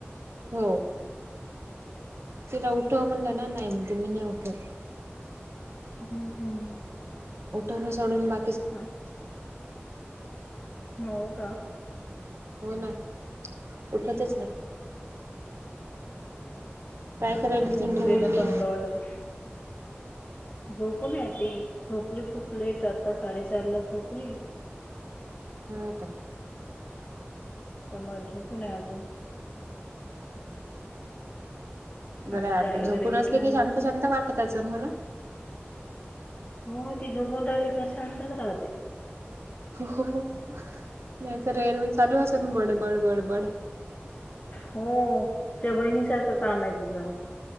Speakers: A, on the right; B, on the left.
A: हो तिला उठव म्हणलं ना नाही म्हणते मी नाही उठवत.
B: <inaudible> हम्म हम्म.
A: उठरून सोडून बा
B: <unintelligible> हो का?
A: हो ना, उठतच नाही. काय करायली
B: झोपू
A: तुमची
B: देणं
A: मुलगी
B: चांगलं वाटल. झोपूनय ती झोपली खूप लेट आता साडेचार ला झोपली.
A: हो का?
B: त्यामुळे झोपू नाही अजून
A: ह. बरंय
B: आम्ही
A: आता
B: चाय
A: झोपून
B: वगैरे घेतला
A: असले
B: आणि
A: की शांत
B: बसून
A: शांत वाटत असल, हो ना?
B: हो ती झोपून रहिली का शांतच राहते.
A: हो नाही तर एरवी चालू असनं बडबड बडबड
B: हो त्या बहिणी सारखं काम आहे तिचं.